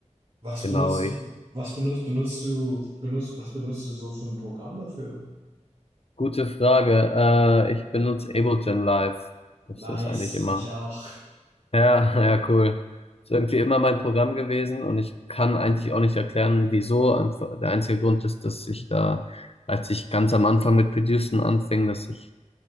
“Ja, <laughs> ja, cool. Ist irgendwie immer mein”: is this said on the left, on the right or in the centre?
Left